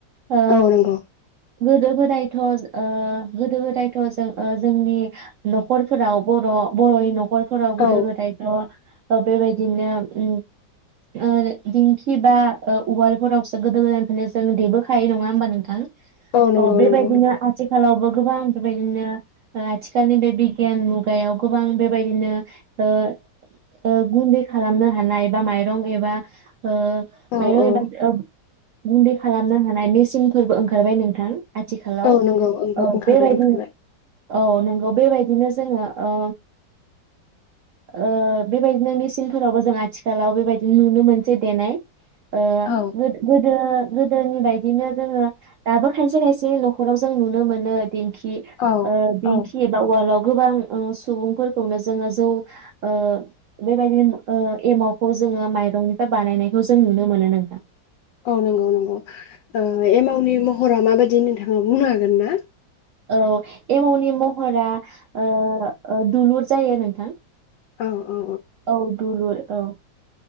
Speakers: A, on the right (about 80°); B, on the left (about 80°).
A: ओ
B: औ नंगौ।
A: गोदो गोदायथ' ओ गोदो गोदायथ' जोंनि न'खरफोराव बर' बर'नि नख खरफोराव गोदो
B: औ
A: गोदायथ ओ बेबायदिनो उमओ दिंखि बा ओ उवालफोरावसो गोदो गोदायनिफ्रायनो जों देबोखायो नङा होनोमबा नोंथां? अ
B: औ नंगौ
A: बेबायदिनो
B: नंगौ नंगौ
A: आथिखालावबो गोबां बेबायदिनो आथिखालनि बे बिगियान मुगायाव गोबां बेबायदिनो ओ-ओ गुन्दै खालामनो हानाय एबा माइरं एबा ओ
B: औ
A: माइरं
B: औ
A: एबा गुनदै खालामनो हानाय नि फोरबो ओंखारबाय नोंथां आथिखालाव
B: औ नंगौ
A: औ
B: ओंखारबाय
A: बेबायदि
B: ओंखारबाय
A: औ नंगौ बेबायदिनो जोङो ओ ओ बेबायदिनो मेसिनफोरावबो जों आथिखालाव बेबायदिनो नुनो मोनसै देनाय। ओ
B: औ
A: गो-गोदो गोदोनि बायदिनो जोङो दाबो खायसे खायसे न'खराव जों नुनो मोनो दिंखि
B: औ
A: ओ दिंखि
B: औ
A: एबा उवालाव गोबां ओ सुबुंफोरखौनो जोङो जौ ओ बेबायदिनो ओ एमावखौ जोङो माइरंनिफ्राय बानायनायखौ जों नुनो मोनो नोंथां।
B: औ नंगौ-नंगौ औ एमाउनि महरा माबायदि नोंथाङा बुंनो हागोन गोनना?
A: औ एमावनि महरा ओ ओ दुलुर जायो नोंथां।
B: औ औ
A: औ दुलुर औ